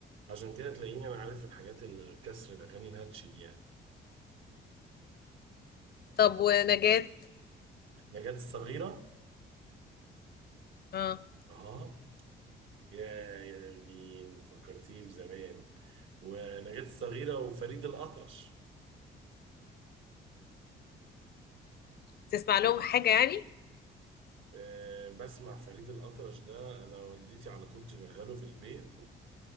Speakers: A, on the right; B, on the left.
A: عشان كده تلاقيني انا عارف الحاجات الكسر الاغاني الهاتش دي يعني
B: طب ونجاة
A: نجاة الصغيره
B: اه
A: اه يا يا مين فكرتيه بزمان ونجاة الصغيره وفريد الاطرش
B: تسمع لهم حاجة يعني
A: أه بسمع فريد الأطرش ده أنا والدتي على طول تشغله في البيت